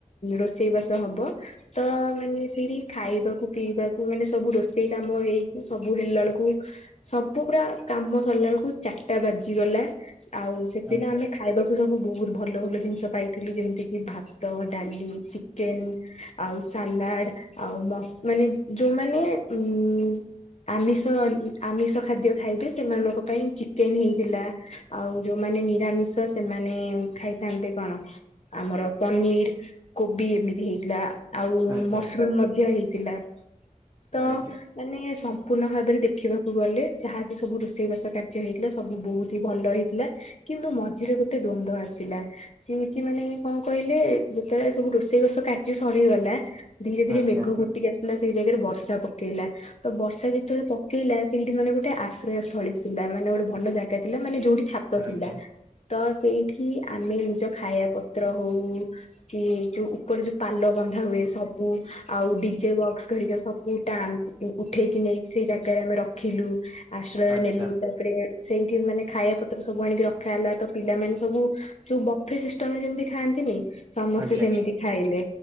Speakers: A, on the left; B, on the right.
A: ରୋଷେଇବାସ ହବ। ତ ମାନେ ସେଇଠି ଖାଇବାକୁ ପିଇବାକୁ ମାନେ ସବୁ ରୋଷେଇ କାମ ହେଇକି ସବୁ ସବୁ ହେଲା ବେଳକୁ ସବୁ ପା କାମ ସରିଲା ବେଳକୁ ଚାରିଟା ବାଜିଗଲା। ଆଉ
B: ଆଜ୍ଞା
A: ସେଦିନ ଆମେ ଖାଇବାକୁ ମୁ ସବୁ ବହୁତ ଭଲ ଭଲ ଜିନିଷ ପାଇଥିଲି ଯେମିତି କିି ଭାତ ଡାଲି ଚିକେନ ଆଉ ସାଲାଡ ଆଉ ମାନେ ଯୋଉମାନେ ଉ ଆମିଷ ଆମିଷ ଖାଦ୍ୟ ଖାଇବେ ସେମାନଙ୍କ ପାଇଁ ଚିକେନ ହେଇଥିଲା। ଆଉ ଯୋଉମାନେ ନିରାମିଷ ସେମାନେ ଖାଇଥାନ୍ତେ କଣ? ଆମର ପନିର କୋବି ଏମିତି ହେଇଥିଲା। ଆଉ
B: ଆଜ୍ଞା
A: ମସରୁମ ମଧ୍ୟ ହେଇଥିଲା ତ
B: ଆଜ୍ଞା ଆଜ୍ଞା
A: ମାନେ ପୁର୍ଣ ଭାବରେ ଦେଖିବାକୁ ଗଲେ ଯାହାବି ସବୁ ରୋଷେଇବାସ କାର୍ଯ୍ୟ ହେଇଥିଲା ସବୁ ବହୁତ ହି ଭଲ ହେଇଥିଲା। କିନ୍ତୁ ମଝିରେ ଗୋଟେ ଦ୍ଵନ୍ଦ ଆସିଲା। ସେଉଛି ମାନେ କଣ୍ କହିଲେ ଯେତେବେଳେ ସବୁ ରୋଷେଇବାଷ କାର୍ଯ୍ୟ ସରିଗଲା। ଧୀରେ ଧୀରେ
B: ଆଜ୍ଞା
A: ମେଘୁ ଫୁଟିକି ଆସିଲା ସେଇ ଜାଗାରେ ବର୍ଷା ପକେଇଲା ତ ବଷା ସେ ଯେତେବେଳେ ପକେଇଲା ସେଇଠି ମାନେ ଗୋଟାଏ ଆଶ୍ରୟ ସ୍ଥୀ ଥିଲା ମାନେ ଗୋଟାଏ ଭଲ ଜାଗା ଥିଲା ମାନେ ଯୋଉଠି ଛା ଥିଲା
B: ଆଜ୍ଞା
A: ତ ସେଇଠି ଆମେ ନିଜ ଖାଇବା ପତ୍ର ହଉ। କି ଯୋଉ ଉପରେ ଯୋଉ ପାଲ ବନ୍ଧା ହୁଏ ସବୁ। ଆଉ ଡିଜେ ବକ୍ସ ଘଡିକା ସବୁ ଉଠେଇ କି ନେଇକି ସେଇ ଜାଗାରେ ଆମେ ରଖିଲୁ ଆଶ୍ରୟ
B: ଆଚ୍ଛା
A: ନେଲୁ। ତାପରେ ସେଇଠି ମାନେ ଖାଇବା ପତ୍ର ସବୁ ଆଣିକି ରଖା ହେଲା ତ ପିଲାମାନୋନ ସବୁ ଯୋଉ ବଫେ ସିଷ୍ଟମ ରେ ଯେମିତି ଖାଆନ୍ତିନି ସମସ୍ତେ
B: ଆଜ୍ଞା
A: ସେମିତି ଖାଇଲେ